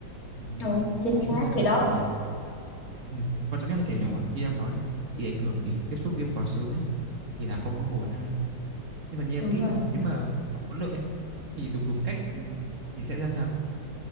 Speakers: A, on the right (about 40°); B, on the left (about 50°).
A: Ừm,
B: đúng chính
A: có
B: xác
A: khi là kiểu
B: thì đó
A: ờ, ừm, quan trọng nhất là trẻ nhỏ ấy, như em nói đấy bị ảnh hưởng vì tiếp xúc game quá sớm ấy thì là không có ổn ha nhưng mà như em
B: đúng
A: nghĩ
B: rồi
A: là nếu mà có lợi ấy, thì dùng đúng cách ừm, thì sẽ ra sao